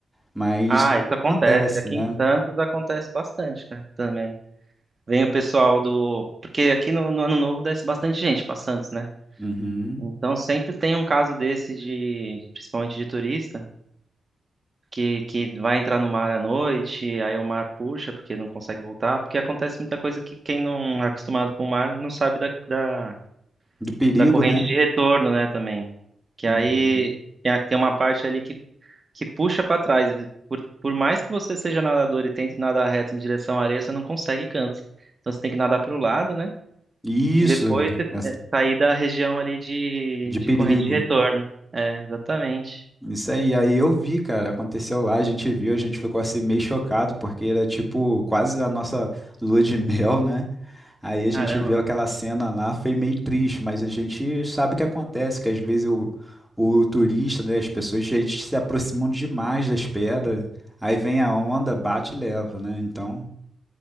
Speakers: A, in the centre; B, on the right.
A: Mas
B: Ah,
A: isso aí
B: isso
A: acontece,
B: acontece. Aqui
A: né?
B: em Santos acontece bastante, cara, também. Vem o pessoal do. Porque aqui no, no Ano Novo desce bastante gente pra Santos, né?
A: Uhum.
B: Então sempre tem um caso desse de, de- principalmente de turista. que, que vai entrar no mar à noite, aí o mar puxa porque não consegue voltar, porque acontece muita coisa que quem não é acostumado com o mar não sabe da, da,
A: Do perigo,
B: da corrente
A: né?
B: de retorno, né, também. Que
A: Uhum.
B: aí tem a- tem uma parte ali que, que puxa para trás. e Por, por mais que você seja nadador e tente nadar reto em direção à areia, você não consegue canto. Então você tem que nadar para o lado, né?
A: Isso,
B: E depois você-
A: essa-
B: é, sair da região ali de,
A: de
B: de
A: perigo.
B: corrente de retorno. É, exatamente.
A: Isso aí, aí eu vi, cara, aconteceu lá, a gente viu, a gente ficou assim meio chocado, porque era tipo quase a nossa lua de <laughs> mel, né? Aí a
B: Caramba.
A: gente viu aquela cena lá, foi meio triste, mas a gente sabe o que acontece, que às vezes o, o turista, né, as pessoas, eles se aproximam demais das pedras, aí vem a onda, bate e leva, né? Então.